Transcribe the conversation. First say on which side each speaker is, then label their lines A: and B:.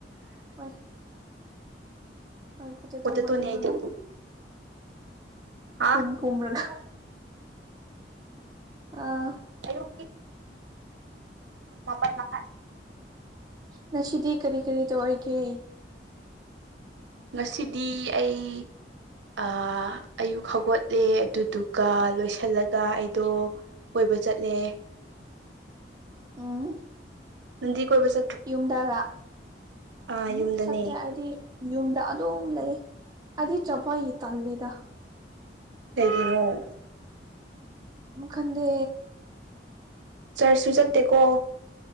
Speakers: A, on the right; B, on the right.
A: ꯍꯣꯏ ꯍꯣꯏ ꯄꯣꯇꯦꯇꯣ
B: ꯄꯣꯇꯦꯇꯣꯅꯦ
A: ꯃꯥꯜꯂꯦ
B: ꯑꯩꯗꯤ
A: ꯅꯟꯗꯤ
B: ꯍꯥ
A: ꯄꯨꯝ ꯄꯨꯝꯔꯒ ꯑꯥ
B: ꯑꯌꯨꯀꯤ ꯃꯥꯄꯥꯟ ꯂꯥꯛ
A: ꯉꯁꯤꯗꯤ ꯀꯔꯤ ꯀꯔꯤ ꯇꯧꯔꯤꯒꯦ
B: ꯉꯁꯤꯗꯤ ꯑꯩ ꯑ ꯑꯌꯨꯛ ꯍꯧꯒꯠꯂꯦ ꯑꯗꯨꯗꯨꯒ ꯂꯣꯏꯁꯤꯜꯂꯒ ꯑꯩꯗꯣ ꯀꯣꯏꯕ ꯆꯠꯂꯦ
A: ꯎꯝ
B: ꯅꯪꯗꯤ ꯀꯣꯏꯕ ꯆꯠ
A: ꯌꯨꯝꯗꯔ
B: ꯑꯥ
A: ꯎꯝ
B: ꯌꯨꯝꯗꯅꯦ
A: ꯆꯠꯇꯦ ꯑꯩꯗꯤ ꯌꯨꯝꯗ ꯑꯗꯨꯝ ꯂꯩ ꯑꯩꯗꯤ ꯆꯄꯩ ꯇꯜꯂꯤꯗ
B: ꯀꯩꯒꯤꯅ ꫭ
A: ꯑꯃꯨꯛꯈꯟꯗꯦ
B: ꯆꯔꯁꯨ ꯆꯠꯇꯦꯀꯣ